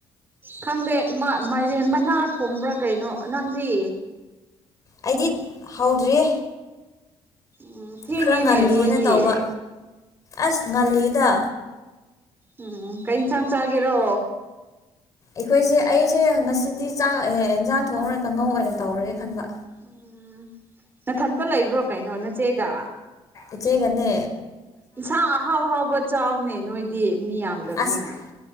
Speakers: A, on the right (about 20°); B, on the left (about 35°).
A: ꯈꯪꯗꯦ ꯏꯃꯥ ꯃꯥꯏꯔꯦꯟ ꯃꯅꯥ ꯊꯣꯡꯕ꯭ꯔꯥ ꯀꯩꯅꯣ ꯅꯪꯗꯤ
B: ꯑꯩꯗꯤꯠ ꯍꯧꯗ꯭ꯔꯤ
A: ꯎꯝ ꯊꯦꯡꯉꯦꯅꯦ
B: ꯈꯔ ꯉꯜꯂꯤꯑꯅ
A: ꯅꯣꯏꯗꯤ
B: ꯇꯧꯕ ꯑꯁ ꯉꯜꯂꯤꯗ
A: ꯎꯝ ꯀꯩ ꯏꯟꯁꯥꯡ ꯆꯥꯒꯦꯔꯣ
B: ꯑꯩꯈꯣꯏꯁꯦ ꯑꯩꯁꯦ ꯉꯁꯤꯗꯤ ꯆꯥꯛ ꯍꯦꯟꯖꯥꯡ ꯊꯣꯡꯉꯔꯣꯢ ꯀꯥꯡꯉꯧ ꯑꯣꯏꯅ ꯇꯧꯔꯒꯦ ꯈꯟꯕ
A: ꯎꯝ ꯅꯊꯟꯇ ꯂꯩꯕ꯭ꯔꯣ ꯀꯩꯅꯣ ꯅꯥꯆꯦꯒ
B: ꯢꯆꯦꯒꯅꯦ
A: ꯏꯟꯁꯥꯡ ꯑꯍꯥꯎ ꯑꯍꯥꯎꯕ ꯆꯥꯎꯅꯦ ꯅꯣꯏꯗꯤ ꯃꯤ ꯌꯥꯝꯗꯕꯅꯤꯅ
B: ꯑꯁ